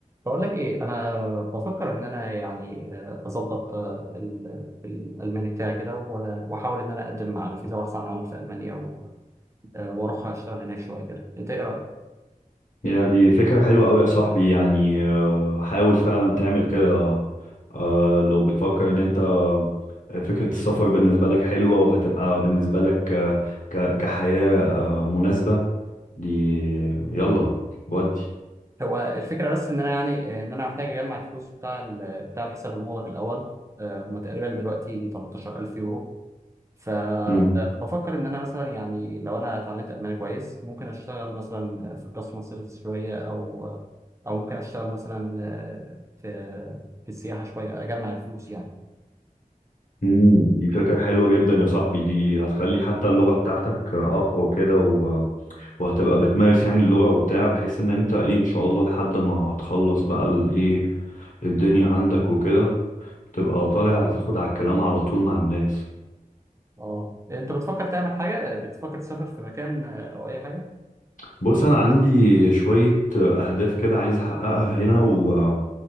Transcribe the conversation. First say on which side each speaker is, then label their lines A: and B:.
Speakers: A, on the right; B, on the left.
A: بقول لك ايه انا بفكر ان انا يعني آه، اظبط آه، ال- الالماني بتاعي كده و- واحاول ان انا اقدم على فيزا بحث عن عمل في المانيا و- آه، واروح اشتغل هناك شويه كده انت ايه رايك
B: يا دي فكرة حلوة أوي يا صاحبي يعني آه، حاول فعلا تعمل كده آه، لو بتفكر إن أنت آه، فكرة السفر بالنسبة لك حلوة وهتبقى بالنسبة لك آه، ك- كحياة آه، مناسبة دي يلا ودي
A: هو الفكره بس ان انا يعني آه، ان انا محتاج اجمع الفلوس بتاع ال- بتاع الحساب المغلق الاول آه، هما تقريبا دلوقتي 13000 يورو فبفكر
B: مم.
A: ان انا مثلا يعني لو انا اتعلمت الماني كويس ممكن اشتغل مثلا في الكاستمر سيرفيس شويه او او ممكن اشتغل مثلا آه، في في السياحه شويه اجمع الفلوس يعني
B: مم. دي فكرة حلوة جدا يا صاحبي دي هتخلي حتى اللغة بتاعتك آه، أقوى كده و... وهتبقى بتمارس يعني اللغة وبتاع بحيث إن أنت إيه إن شاء الله لحد ما تخلص بقى الإيه الدنيا عندك وكده تبقى طالع تاخد على الكلام على طول مع الناس
A: اه انت بتفكر تعمل حاجه بتفكر تسافر في مكان آه، او اي حاجه
B: بص انا عندي شوية اهداف كده عايز احققها هنا و